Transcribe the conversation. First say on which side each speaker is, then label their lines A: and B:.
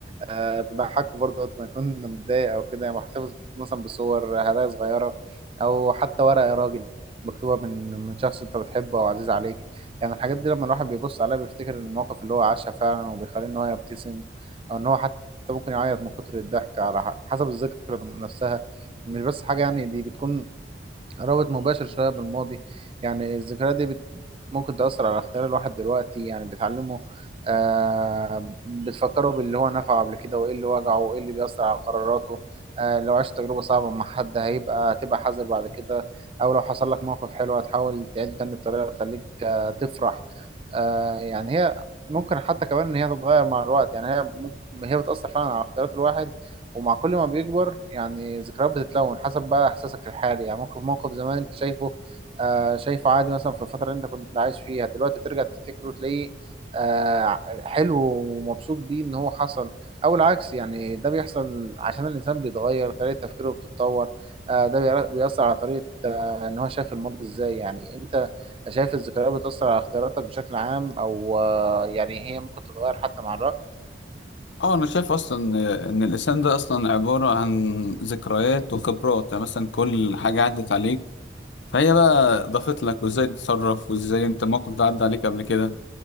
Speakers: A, on the right (about 30°); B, on the left (about 85°).
A: آه، تضحكه برضه وقت ما يكون متضايق او كده يعني محتفظ مثلا بصور آه، هدايا صغيرة او حتى ورقة يا راجل مكتوبة من من شخص انت بتحبه او عزيز عليك يعني الحاجات دي لما الواحد بيبص عليها بيفتكر المواقف اللي هو عاشها فعلا وبيخليه ان هو يبتسم او ان هو حتى ممكن يعيط من كتر الضحك على ح- حسب الذكرى نفسها مش بس حاجة يعني دي بتكون رابط مباشر شوية بالماضي يعني الذكريات دي بت... ممكن تأثر على اختيار الواحد دلوقتي يعني بتعلمه آه بتفكره باللي هو نفعه قبل كده وإيه اللي وجعه وإيه اللي بيأثر على قراراته آه لو عشت تجربة صعبة مع حد هيبقى تبقى حذر بعد كده أو لو حصل لك موقف حلو هتحاول تعيده تاني بطريقة تخليك آه تفرح آه يعني هي ممكن حتى كمان إن هي تتغير مع الوقت يعني هي ممكن هي بتأثر فعلا على اختيارات الواحد ومع كل ما بيكبر يعني ذكريات بتتلون حسب بقى احساسك الحالي يعني موقف موقف زمان انت شايفه آه شايفه عادي مثلا في الفتره اللي انت كنت عايش فيها دلوقتي ترجع تفتكره وتلاقيه آه حلو ومبسوط بيه ان هو حصل او العكس يعني ده بيحصل عشان الانسان بيتغير طريقه تفكيره بتتطور آه ده بيأ- بيأثر على طريقه آه ان هو شايف الماضي ازاي يعني انت شايف الذكريات بتأثر على اختياراتك بشكل عام او آه يعني هي ممكن تتغير حتى مع الوقت
B: أه أنا شايف أصلا إن الإنسان ده أصلا عبارة عن ذكريات وخبرات يعني مثلا كل حاجة عدت عليك فهي بقى ضافت لك وإزاي تتصرف وإزاي أنت الموقف ده عدى عليك قبل كده